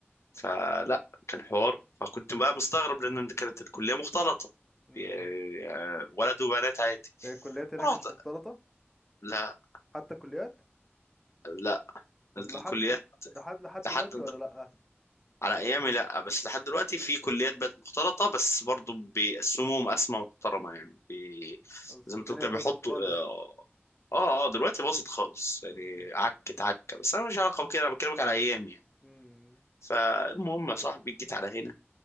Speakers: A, on the left; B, in the centre.
A: فلا كان حوار فكنت بقى مستغرب لأن كانت الكلية مختلطة
B: امم
A: يعني ولد وبنات عادي
B: هي الكليات هناك
A: رحت
B: مش مختلطه
A: لا
B: حتى كليات
A: لا
B: طب
A: الكليات
B: لحد لحد لحد
A: لحد
B: دلوقتي ولا
A: على ايامي لا بس لحد دلوقتي في كليات بقت مختلطه بس برضو
B: لا
A: بيقسموهم قسمه محترمه يعني بي...
B: بس
A: زي
B: الدنيا
A: ما تقول كده
B: باظت
A: بيحطوا
B: خالص
A: اه اه آه، دلوقتي باظت خالص يعني
B: مم.
A: عكت عكه بس انا مش علاقه بكده انا بكلمك على ايامي يعني
B: مم.
A: فالمهم يا صاحبي جيت على هنا